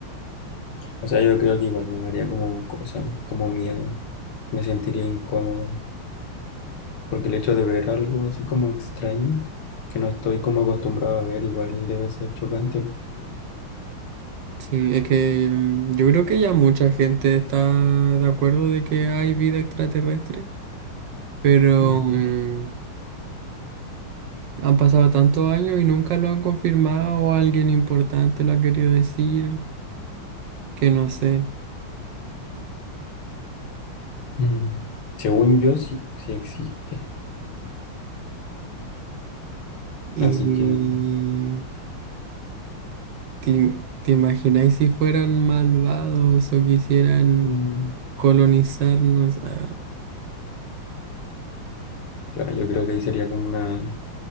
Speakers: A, on the left; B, on the right.
A: o sea, yo creo que igual me daría como cosa, como miedo. Me sentiría incómodo. Porque el hecho de ver algo así como extraño, que no estoy como acostumbrado a ver, igual debe ser chocante.
B: Sí, es que mm, yo creo que ya mucha gente está de acuerdo de que hay vida extraterrestre, pero
A: Mm.
B: mm, han pasado tantos años y nunca lo han confirmado o alguien importante lo ha querido decir, que no sé.
A: Mm, Según yo, sí, sí existe.
B: Y
A: Así que
B: te, te imagináis si fueran malvados o quisieran
A: mm,
B: colonizarnos. ah,
A: yo, yo creo que ahí sería como una,